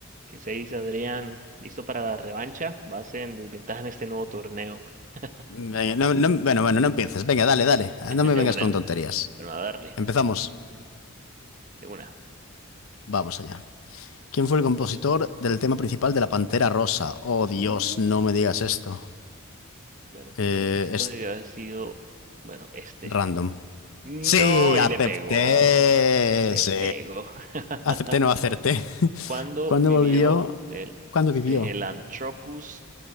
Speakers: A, on the right (about 35°); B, on the left (about 75°).
A: ¿Qué se dice, Adrián? ¿Listo para la revancha? Vas en desventaja en este nuevo torneo.
B: Venga,
A: <laughs>
B: no- no- bueno, bueno, no empieces. Venga, dale, dale. Ah, No me
A: De
B: vengas
A: una.
B: con tonterías.
A: Bueno, a darle.
B: Empezamos.
A: De una.
B: Vamos allá. ¿Quién fue el compositor del tema principal de La Pantera Rosa? Oh, Dios,
A: Uh,
B: no me digas esto.
A: bueno, pienso
B: Eh,
A: que esto
B: es
A: debió haber sido. Bueno, este.
B: random.
A: No,
B: Sí,
A: y
B: acepté.
A: le pegó. Le
B: Sí.
A: pegó. <laughs>
B: Acepté, no acerté.
A: ¿Cuándo
B: ¿Cuándo
A: vivió
B: volvió?
A: el
B: ¿Cuándo
A: Cegelanthropus
B: vivió?